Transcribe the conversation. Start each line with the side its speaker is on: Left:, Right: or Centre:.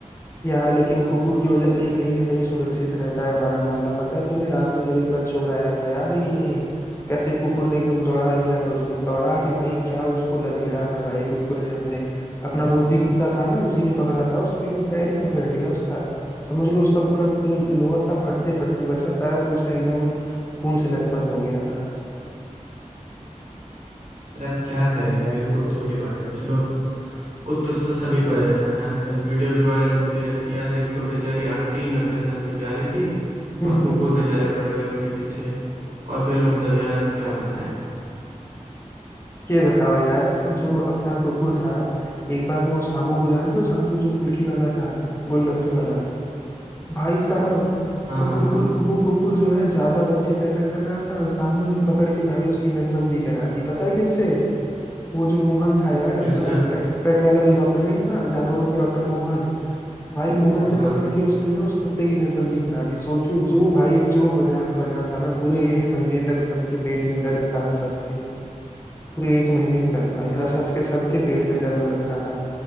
Left: यार लेकिन कुकुर की वजह से ही कहीं ना कहीं सुरक्षित रहता है हमारा मोहल्ला पता है तुम्हें रात में जब एक बार चोर आया था याद है कि नहीं कैसे कुकुर ने एकदम दौड़ा लिया था उसको दौड़ा के भाई क्या उसको लथेड़ा था भाई कुकुर ने अपने अपना मोती कुत्ता था ना उसी ने पकड़ा था उसको एकदम पैर ही पकड़ लिया उसका समझ लो उसका पूरा जो लोअर था फटते फटते बचा पैर तो उसका एकदम खून से लथपथ हो गया था
Right: अरे अब क्या करें यार इन कुत्तों की बात है चलो कुत्तों से तो सभी परेशान है आजकल वीडियो भी वायरल होती रहती है यार एक तो बेचारी आंटी नब्बे साल की जा रही थी
Left: हम्म
Right: और
Left: हम्म,
Right: कुकुर बेचारे पड़ गए उनके पीछे और फिर मतलब यार अब क्या बताएं
Left: ये बताओ यार जो अपना कुकुर था एक बार वो सामू को जान रहे हो सामू जो फुल्की वाला था गोलगप्पे वाला भाई साहब
Right: हाँ
Left: वो
Right: हाँ
Left: कुकुर
Right: हाँ
Left: वो कुकुर जो है ज्यादा बच्चे पैदा कर रहा था और सामू ने पकड़ के भाई उसकी नसबंदी करा दी पता है किससे वो जो मोहन था यार अपना
Right: किससे
Left: पेट पेट वाला जो डॉक्टर नहीं था जानवरों का डॉक्टर मोहन भाई मोहन
Right: हाँ
Left: से
Right: हाँ
Left: पकड़ के उसने ना उस कुत्ते की नसबंदी करा दी सोचो जो भाई जो मजाक बना था ना पूरे एक महीने तक सबके पेट में दर्द था हंस हंस के पूरे एक महीने तक भाई
Right: यार
Left: हंस
Right: मुझे
Left: हंस के सबके पेट में दर्द हो रखा था